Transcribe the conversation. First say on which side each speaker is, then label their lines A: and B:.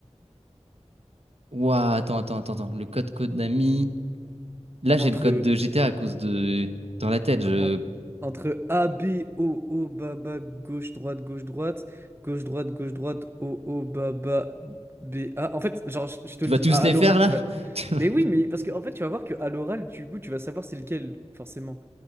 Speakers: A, on the right; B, on the right.
A: Ouah, attends, attends, attends, attends. Le code Konami... Là, j'ai
B: entre,
A: le code de GTA à cause de... Dans la tête, je...
B: en- entre A, B, O, O, bas, bas, gauche, droite, gauche, droite, gauche, droite, gauche, droite, O, O, bas, bas, B, A. En fait, genre, je, je te
A: Tu
B: le
A: vas
B: dis,
A: tous
B: à,
A: les
B: à l'oral,
A: faire, là?
B: tu vas.
A: <laughs>
B: Mais oui, mais parce que en fait, tu vas voir que à l'oral, du coup, tu vas savoir c'est lequel, forcément.